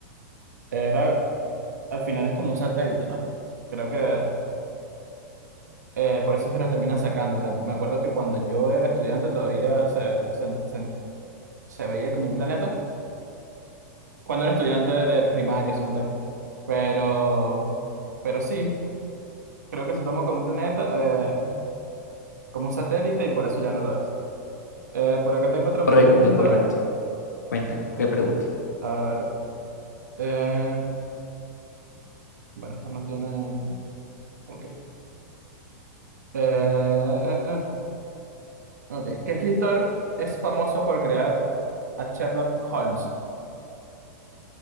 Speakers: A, on the right; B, on the left.
A: era, al final es como un satélite, ¿no? Creo que eh, por eso es que lo terminan sacando. Dura- Me acuerdo que cuando yo era estudiante todavía se, se, se- se veía como un planeta. Cuando era estudiante de primaria, secundaria. Pero, pero sí, creo que se toma como un planeta, eh, como un satélite y por eso ya no lo es. Eh, por acá tengo otra
B: Correcto,
A: pregunta.
B: correcto. Cuéntame, ¿qué pregunta?
A: A ver. eh, bueno, estas no tienen. Ok. Eh, eh, eh, ok. ¿Qué escritor es famoso por crear a Sherlock Holmes?